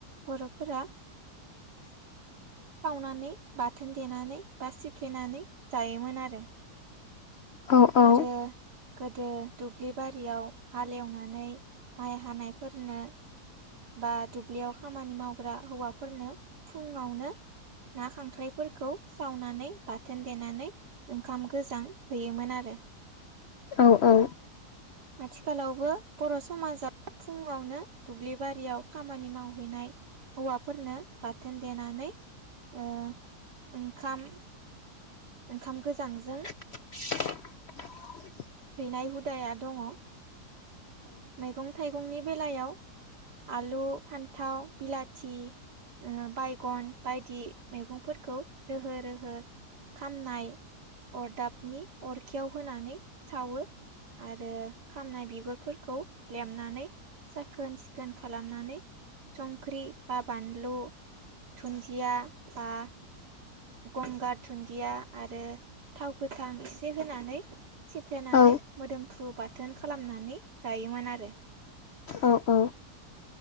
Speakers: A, on the right (about 85°); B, on the left (about 70°).
A: बर'फोरा
B: <inaudible>
A: सावनानै बाथोन देनानै बा सिफ्लेनानै जायोमोन आरो
B: औ औ
A: आरो गोदो दुब्लि बारियाव हालेवनानै माइ हानायफोरनो बा दुब्लियाव खामानि मावग्रा हौवाफोरनो फुङावनो ना खांख्राइफोरखौ सावनानै बाथोन देनानै ओंखाम गोजां होयोमोन आरो <unintelligible>
B: औ औ
A: आथिखालावबो बर' समाजाव फुङावनो दुब्लि बारियाव खामानि मावहैनाय हौवाफोरनो बाथोन देनानै अ ओंखाम ओंखाम गोजांजों
B: <unintelligible>
A: हैनाय हुदाया दङ मैगं थाइगंनि बेलायाव आलु फान्थाव बिलाथि ओ बायगन बायदि मैगंफोरखौ रोहो रोहो खामनाय अरदाबनि अरखियाव होनानै सावो आरो खामनाय बिगुरफोर खौ लेमनानै साखोन सिखोन खालामनानै संख्रि बा बानलु धुन्दिया बा गंगार दुन्दिया आरो थावखो गोथां एसे होनानै सिफ्लेनानै
B: औ
A: मोदोमफ्रु बाथोन खालामनानै जायोमोन आरो
B: औ औ